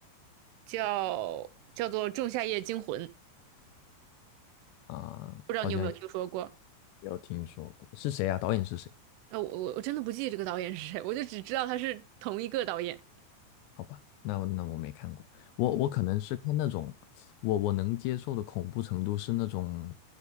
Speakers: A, on the right; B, on the left.
A: 叫叫做《仲夏夜惊魂》，
B: <laughs> 啊，
A: 不知道你有没有听说过？
B: 好像也没有听说过，是谁啊？导演是谁？
A: 那我我我真的不记得这个导演是谁，我就只知道他是同一个导演。
B: 好吧，那我那我没看过，我我可能是看那种，我我能接受的恐怖程度是那种